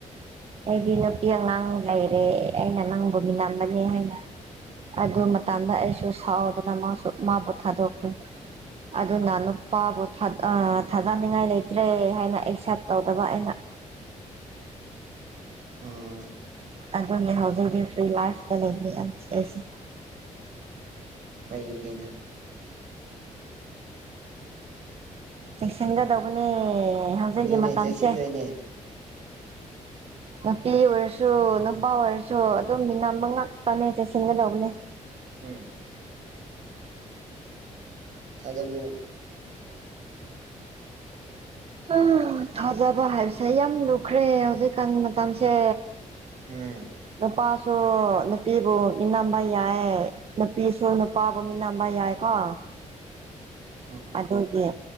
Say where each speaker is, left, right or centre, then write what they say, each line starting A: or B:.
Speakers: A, on the right; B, on the right.
A: ꯑꯩꯗꯤ ꯅꯨꯄꯤ ꯑꯉꯥꯡ ꯂꯩꯔꯦ ꯑꯩꯅ ꯅꯪꯕꯨ ꯅꯤꯡꯂꯝꯕꯅꯤ ꯍꯥꯏꯅ ꯑꯗꯨ
B: ꯎꯝ
A: ꯃꯇꯗ ꯑꯩꯁꯨ ꯁꯥꯎꯗꯗꯅ ꯃꯥꯁꯨ ꯃꯥꯕꯨ ꯊꯥꯗꯣꯛꯈ꯭ꯔꯦ ꯑꯗꯨꯅ ꯅꯨꯄꯥꯕꯨ ꯊꯥꯒꯩꯅꯤꯡꯉꯥꯏ ꯂꯩꯇ꯭ꯔꯦ ꯍꯥꯏꯅ ꯑꯦꯛꯁꯦꯞ ꯇꯧꯗꯕ ꯑꯩꯅ
B: ꯎꯝ
A: ꯑꯗꯨꯒꯤ ꯍꯧꯖꯤꯛꯇꯤ ꯐ꯭ꯔꯤ ꯂꯥꯏꯐꯇ ꯂꯩꯕꯅꯤ ꯑꯩꯁꯦ
B: ꯀꯤꯒꯤꯅꯣ
A: ꯎ ꯆꯦꯛꯁꯟꯒꯗꯧꯕꯅꯦ ꯍꯧꯖꯤꯛꯒꯤ
B: ꯑꯗꯨꯅꯦ
A: ꯃꯇꯝꯁꯦ
B: ꯆꯦꯛꯁꯤꯟꯗꯣꯏꯅꯦ
A: ꯅꯨꯄꯤ ꯑꯣꯏꯔꯁꯨ ꯅꯨꯄꯥ ꯑꯣꯏꯔꯁꯨ ꯑꯗꯨꯝ ꯃꯤ ꯅꯝꯕ ꯉꯥꯛꯛꯇꯅꯦ ꯆꯦꯁꯤꯟꯒꯗꯧꯕꯅꯦ
B: ꯎꯝ ꯑꯗꯨꯕꯨ
A: ꯎꯝ ꯐꯖꯕ ꯍꯥꯏꯕꯁꯦ ꯌꯥꯝ ꯂꯨꯈ꯭ꯔꯦ ꯍꯧꯖꯤꯛꯀꯥꯟ ꯃꯇꯝꯁꯦ
B: ꯎꯝ
A: ꯅꯨꯄꯥꯁꯨ ꯅꯨꯄꯤꯕꯨ ꯅꯤꯅꯝꯕ ꯌꯥꯏ ꯅꯨꯄꯤꯁꯨ ꯅꯨꯄꯥꯕꯨ ꯃꯤꯅꯝꯕ ꯌꯥꯏꯀꯣ
B: <unintelligible>
A: ꯑꯗꯨꯒꯤ